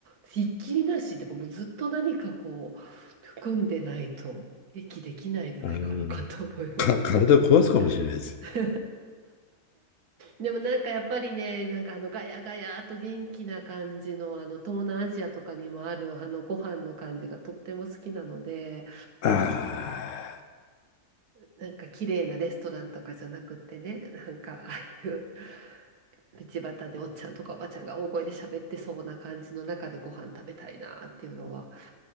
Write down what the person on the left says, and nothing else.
あの、か、体を壊すかもしれないです。
ああ。